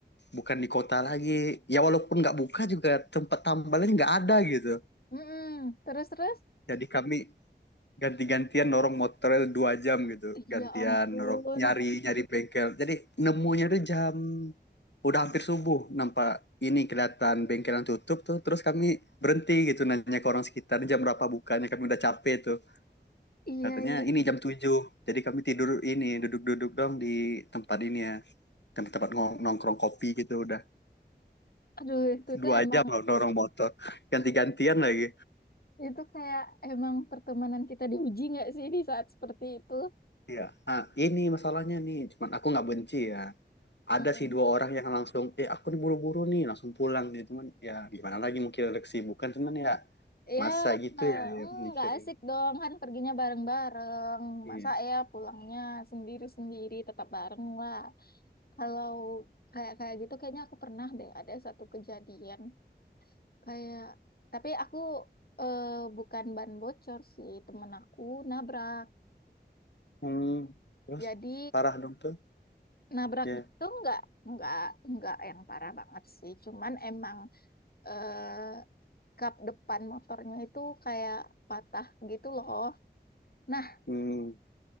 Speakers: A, on the left; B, on the left.
A: bukan di kota lagi ya walaupun nggak buka juga tempat tambalnya nggak ada gitu
B: Mm-mm. Terus, terus.
A: jadi kami ganti-gantian norong motornya dua jam gitu gantian
B: Ya ampun.
A: norong nyari nyari bengkel jadi nemunya tuh jam udah hampir subuh nampak ini kelihatan bengkel yang tutup tuh terus kami berhenti gitu nanya ke orang sekitar jam berapa bukanya kami udah capek tuh
B: Iya,
A: Katanya
B: iya.
A: ini jam tujuh Jadi kami tidur ini duduk-duduk dong di tempat ini ya. Tempat-tempat ngo- nongkrong kopi gitu udah
B: Aduh, itu tuh
A: dua
B: emang,
A: jam loh dorong motor. Ganti-gantian lagi.
B: itu kayak emang pertemanan kita diuji nggak sih di saat seperti itu?
A: Iya. Ah, ini masalahnya nih. Cuman aku nggak benci ya. Ada
B: Mm-mm.
A: sih dua orang yang langsung, eh aku nih buru-buru nih langsung pulang nih. Cuman ya gimana lagi mungkin ada kesibukan. Cuman ya
B: Ya,
A: masa gitu
B: mm,
A: ya, ya mikirin.
B: nggak asik dong kan perginya bareng-bareng.
A: Iya.
B: Masa ya pulangnya sendiri-sendiri tetap bareng lah. Kalau kayak kayak gitu kayaknya aku pernah deh ada satu kejadian kayak tapi aku eh, bukan ban bocor sih temen aku nabrak.
A: Hmm, terus
B: Jadi
A: parah dong tuh.
B: nabrak
A: Ya.
B: itu nggak nggak nggak yang parah banget sih. Cuman emang eh, kap depan motornya itu kayak patah gitu loh. Nah
A: Hmm.